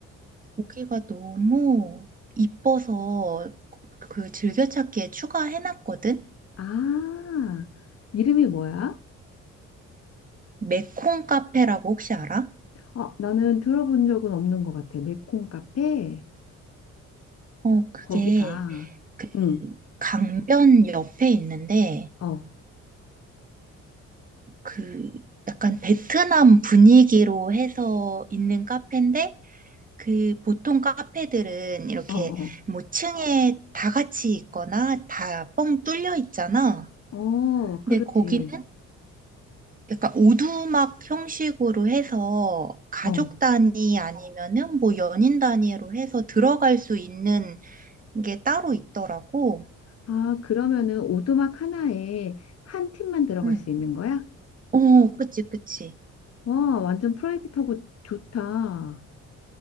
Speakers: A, on the right (about 25°); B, on the left (about 55°).
A: 고기가 너무 이뻐서 그 즐겨찾기에 추가해놨거든?
B: 아, 이름이 뭐야?
A: 메콩 카페라고 혹시 알아?
B: 어, 나는 들어본 적은 없는 것 같아. 매콤 카페.
A: 어, 그게
B: 거기가.
A: 그
B: 응,
A: 강변 옆에 있는데
B: 어,
A: 그 약간 베트남 분위기로 해서 있는 카페인데 그 보통 카페들은 이렇게
B: 어, 어.
A: 뭐 층에 다 같이 있거나 다 뻥 뚫려 있잖아.
B: 어, 그렇지.
A: 근데 거기는 약간 오두막 형식으로 해서 가족
B: 어.
A: 단위 아니면은 뭐 연인 단위로 해서 들어갈 수 있는 게 따로 있더라고.
B: 아, 그러면은 오두막 하나에 한 팀만 들어갈
A: 응.
B: 수 있는 거야?
A: 어, 그치, 그치.
B: 와, 완전 프라이빗하고 좋다.